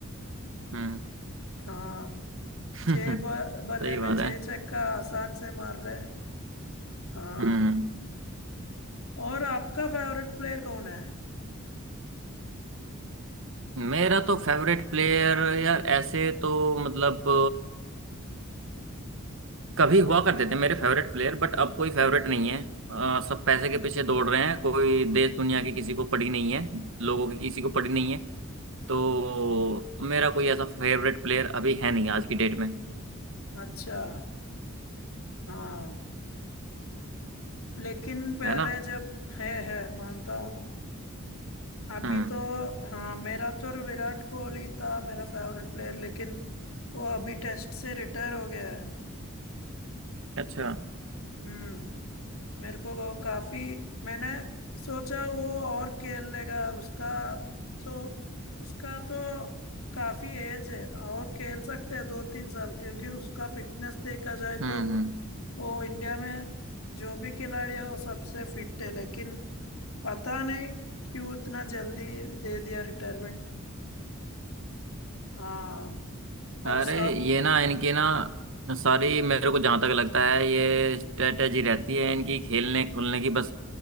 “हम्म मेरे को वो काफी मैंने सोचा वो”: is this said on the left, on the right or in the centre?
Left